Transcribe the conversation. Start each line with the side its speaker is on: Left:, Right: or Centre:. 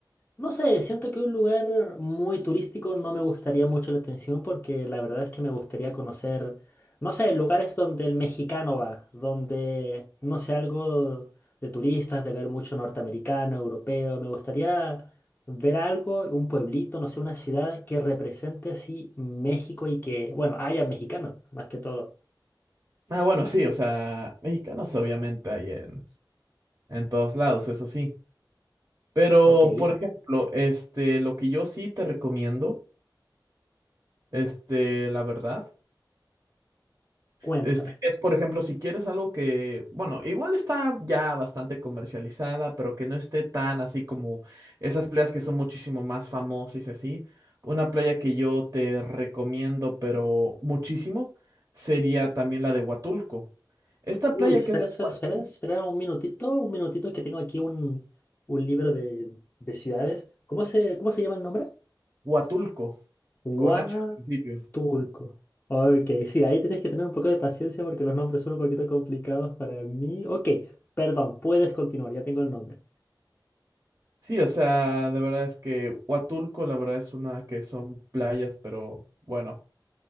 Left: No sé, siento que un lugar muy turístico no me gustaría mucho la atención porque la verdad es que me gustaría conocer, no sé, lugares donde el mexicano va, donde, no sé, algo de turistas, de ver mucho norteamericano, europeo. Me gustaría ver algo, un pueblito, no sé, una ciudad que represente así México y que, bueno, haya mexicanos, más que todo.
Right: Ah, bueno, sí, o sea, mexicanos obviamente hay en, en todos lados, eso sí. Pero,
Left: Ok,
Right: por ejemplo, este, lo que yo sí te recomiendo. Este, la verdad.
Left: cuéntame.
Right: Este, es, por ejemplo, si quieres algo que, bueno, igual está ya bastante comercializada, pero que no esté tan así como esas playas que son muchísimo más famosas y así. Una playa que yo te recomiendo, pero muchísimo, sería también la de Huatulco. Esta
Left: Uy,
Right: playa
Left: espera,
Right: que es
Left: espera,
Right: Huatul-
Left: espera, espera un minutito, un minutito que tengo aquí un, un libro de, de ciudades. ¿Cómo se, cómo se llama el nombre?
Right: Huatulco,
Left: Huatulco.
Right: con H al principio.
Left: Ok, sí, ahí tienes que tener un poco de paciencia porque los nombres son un poquito complicados para mí. Ok, perdón, puedes continuar, ya tengo el nombre.
Right: Sí, o sea, de verdad es que Huatulco, la verdad es una que son playas, pero bueno,